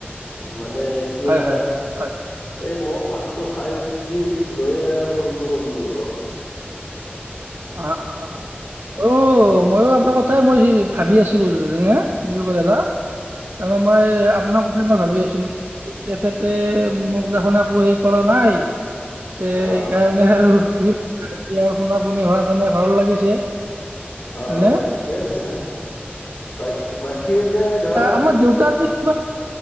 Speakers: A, on the left; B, on the right.
A: মানে এতিয়া
B: হয় হয় হয় হয়
A: এই মই ভাতটো খাই উঠি লৈ আৰু ফোনটো কৰিলো ৰ
B: অ অ অ অ মইো আপোনাৰ কথাই মই ভাবি আছিলোনে কি বুলি কয় দাদা ত মই আপোনাৰ মই ভাবি আছিলো তেখেতে মোক দেখোন একো হেৰি কৰা নাই এ সেই
A: অ অ
B: কাৰণে আৰু কি আৰু শোনা পনি হ ভাল লাগিছে
A: অ
B: নে?
A: নাই ঠিকে আছে বা বাকী এটা ধৰ
B: আমাৰ দেউতা যে কিবা